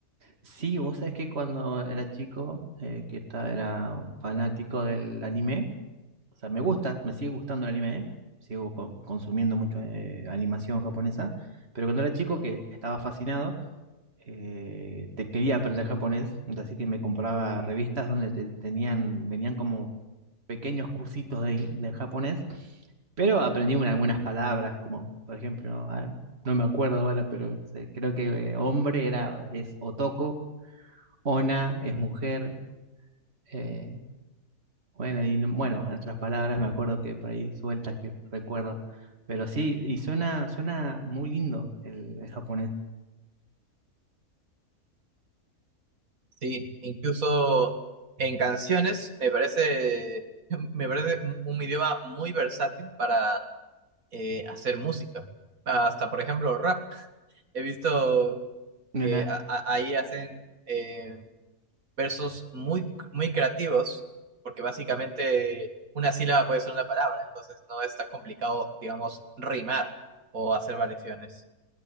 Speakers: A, on the right (about 45°); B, on the right (about 65°).
A: Sí, vos sabés que cuando era chico, eh, que estaba, era fanático del anime, o sea, me gusta, me sigue gustando el anime, ¿eh? sigo co- consumiendo mucho eh, animación japonesa, pero cuando era chico que estaba fascinado, eh, te quería aprender japonés, así que me compraba revistas donde te- tenían, venían como pequeños cursitos de, de japonés, pero aprendí un- algunas palabras, como por ejemplo, ah, no me acuerdo ahora, pero eh, creo que eh, hombre era, es otoko Ona es mujer. eh, bueno, y no- bueno, en otras palabras me acuerdo que por ahí sueltas que recuerdo. Pero sí, y suena, suena muy lindo el, el japonés.
B: Sí, incluso en canciones me parece, <laughs> me parece un un idioma muy versátil para eh, hacer música. Hasta, por ejemplo, rap. He visto
A: Nena,
B: que a- a- ahí hacen eh, versos muy, muy creativos, porque básicamente una sílaba puede ser una palabra, entonces no es tan complicado, digamos, rimar o hacer variaciones.